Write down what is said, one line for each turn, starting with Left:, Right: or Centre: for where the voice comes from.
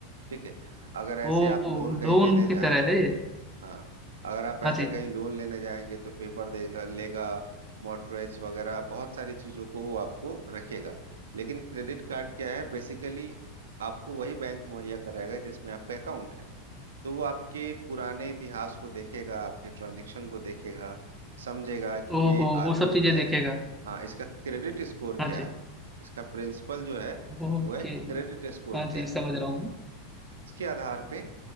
Right: ठीक है अगर ऐसे
Centre: ओ
Right: आप लोन कहीं
Centre: लोन
Right: लेने जाएंगे
Centre: की तरह है ये
Right: हाँ अगर आप पैसे
Centre: हाँ जी
Right: कहीं लोन लेने जाएंगे तो पेपर देगा लेगा मॉर्टगेज वगैरह बहुत सारी चीजों को वो आपको रखेगा लेकिन क्रेडिट कार्ड क्या है बेसिकली आपको वही बैंक मुहैया कराएगा जिसमें आपका अकाउंट है तो वो आपके पुराने इतिहास को देखेगा आपके ट्रांजेक्शन को देखेगा समझेगा कि
Centre: ओहो
Right: ये आदमी
Centre: वो सब
Right: जो
Centre: चीजें
Right: है
Centre: देखेगा
Right: हाँ इसका क्रेडिट स्कोर
Centre: हाँ
Right: क्या
Centre: जी
Right: है इसका प्रिंसिपल जो है
Centre: ओके
Right: वो है क्रेडिट स्कोर
Centre: हाँ
Right: क्या
Centre: जी
Right: है
Centre: समझ रहा हूँ मैं।
Right: इसके आधार पे